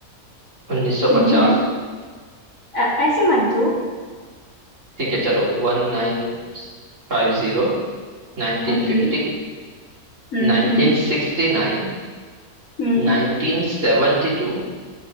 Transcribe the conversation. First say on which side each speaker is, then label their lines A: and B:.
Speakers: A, on the right (about 55°); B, on the left (about 60°).
A: 1950
B: हम्म हम्म अ, ऐसे मत दो
A: ठीक है चलो 1950 1950
B: ओके हम्म
A: 1969
B: हम्म हम्म
A: 1972